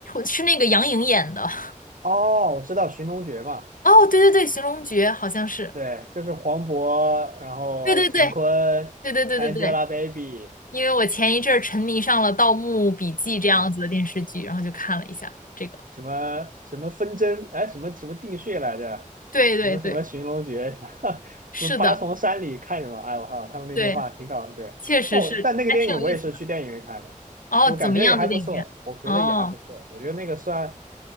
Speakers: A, on the left; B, on the right.
A: 是那个杨颖演的。<laughs>
B: 哦，我知道《寻龙诀》嘛。
A: 哦，对对对，《寻龙诀》好像是，
B: 对，就是黄渤，然后陈坤，Angelababy
A: 对对对对对对对对。因为我前一阵儿沉迷上了《盗墓笔记》这样子的电视剧，
B: 啊，
A: 然后就看了一下这个。
B: 什么什么纷争，哎，什么什么定穴来着，
A: 对对对，
B: 什么什么寻龙诀，<laughs> 什么什么八重山里看什么，
A: 是的，
B: 哎，我靠，他们那句话挺搞，
A: 对，
B: 对。
A: 确实是，
B: 但我但那个电影我也是去电影院看的，
A: 还挺有意思。的。哦，
B: 我感觉也还不错，
A: 怎么样的电影院？
B: 我觉得也还不错，
A: 哦，
B: 我觉得那个算